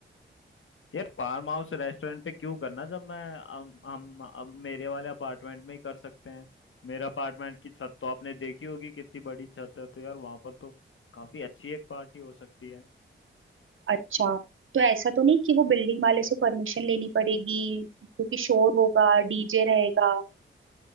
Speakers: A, on the left; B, on the right.
A: यार फार्म हाउस रेस्टोरेंट पे क्यों करना जब मैं हम हम अब मेरे वाले अपार्टमेंट में ही कर सकते हैं मेरा अपार्टमेंट की छत तो आपने देखी होगी कितनी बड़ी छत है तो यार वहां पर तो काफी अच्छी एक पार्टी हो सकती है
B: अच्छा तो ऐसा तो नहीं कि वो बिल्डिंग वाले से परमिशन लेनी पड़ेगी क्योंकि शोर होगा डीजे रहेगा